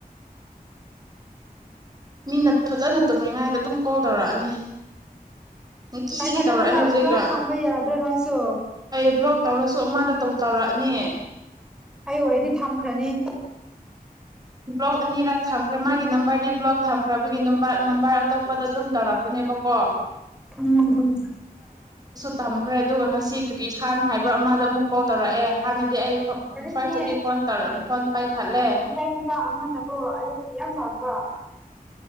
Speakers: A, on the right (about 25°); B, in the centre.
A: ꯃꯤꯅ ꯐꯖꯅ ꯇꯨꯝꯃꯤꯉꯥꯏꯗ ꯑꯗꯨꯝ ꯀꯣꯜ ꯇꯧꯔꯛꯑꯅꯤ ꯇꯤꯒꯤ
B: ꯄꯥꯏꯈꯠꯀꯅꯨꯅ
A: ꯇꯧꯔꯛꯑꯦ ꯍꯧꯖꯤꯛꯀ
B: ꯕ꯭ꯂꯣꯛ ꯊꯝꯕ ꯌꯥꯗ꯭ꯔꯣ ꯅꯪꯁꯨ
A: ꯑꯩ ꯭ꯂꯣꯛ ꯇꯧꯔꯁꯨ ꯑꯃꯗ ꯇꯧ ꯇꯧꯔꯛꯑꯅꯤ
B: ꯑꯩ ꯑꯣꯏꯗꯤ ꯊꯝꯈ꯭ꯔꯅꯤ
A: ꯕ꯭ꯂꯣꯛ ꯑꯅꯤꯔꯛ ꯊꯝꯈ꯭ꯔꯦ ꯃꯥꯒꯤ ꯅꯝꯕꯔꯗꯤ ꯕ꯭ꯂꯣꯛ ꯊꯝꯈ꯭ꯔꯕꯒꯤ ꯅꯝꯕꯔ ꯑꯇꯣꯞꯄꯗ ꯑꯗꯨꯝ ꯇꯧꯔꯛꯄꯅꯦꯕꯀꯣ ꯑ
B: ꯎꯝ
A: ꯊꯝꯈ꯭ꯔꯦ ꯑꯗꯨꯒ ꯉꯁꯤ ꯀꯔꯤ ꯈꯥꯟ ꯍꯥꯏꯕ꯭ꯔꯥ ꯑꯃꯗ ꯑꯃꯨꯛ ꯀꯣꯜ ꯇꯧꯔꯛꯑꯦ ꯍꯥꯟꯅꯗꯤ ꯑꯩ
B: ꯀꯗꯅꯦ
A: ꯐꯥꯔꯁꯇꯗꯤ ꯐꯣꯟ ꯇꯧꯔ ꯐꯣꯟ ꯄꯥꯏꯈꯠꯂꯦ
B: ꯏ ꯏ ꯃꯅꯀꯣ ꯑꯁꯨ ꯌꯥꯝꯕꯝꯕ